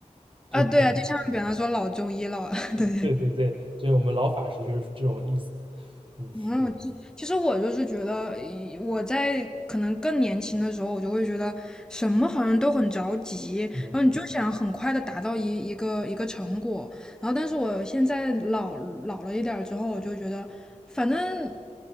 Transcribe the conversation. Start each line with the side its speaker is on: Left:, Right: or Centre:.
Right: 这种状态。
Centre: 啊，对啊，就像比方说老中医老，<laughs> 对，
Right: 对对对，就是我们老法师就是这种意思。嗯
Centre: 嗯，其其实我就是觉得，呃我在可能更年轻的时候，我就会觉得什么好像都很着急，
Right: 嗯，
Centre: 然后你就想很快的达到一一个一个成果。然后，但是我现在老老了一点儿之后，我就觉得，反正